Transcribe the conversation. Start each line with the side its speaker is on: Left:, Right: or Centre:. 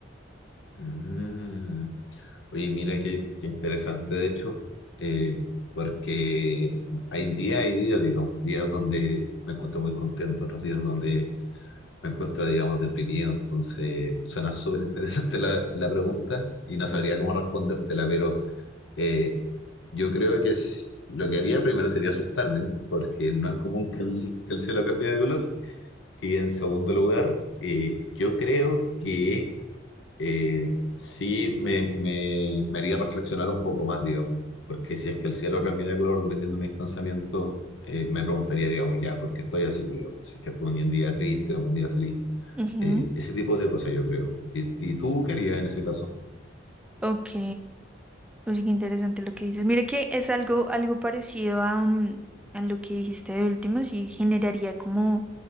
Left: Mm. Oye, mira qué, qué interesante, de hecho, eh, porque hay días, hay días, digamos, días donde me encuentro muy contento, otros días donde me encuentro, digamos, deprimido. Entonces, suena súper interesante la, la pregunta y no sabría cómo respondértela, pero eh, yo creo que es- lo que haría primero sería asustarme, porque no es común que el, que el cielo cambie de color. Y en segundo lugar, eh, yo creo que eh, sí me, me, me haría reflexionar un poco más, digamos, porque si es que el cielo cambia de color dependiendo de mis pensamientos, eh, me preguntaría, digamos, ya, ¿por qué estoy así, digamos? Si es que tuve un día triste, un día feliz,
Centre: Ujú,
Left: eh, ese tipo de cosas yo creo. ¿Y, y tú qué harías en ese caso?
Centre: Ok. Oye, qué interesante lo que dices. Mira que es algo, algo parecido a, mm, a lo que dijiste de último, sí generaría como,